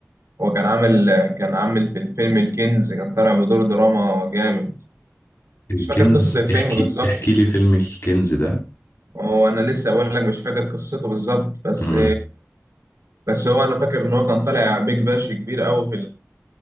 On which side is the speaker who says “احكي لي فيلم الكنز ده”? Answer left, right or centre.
Left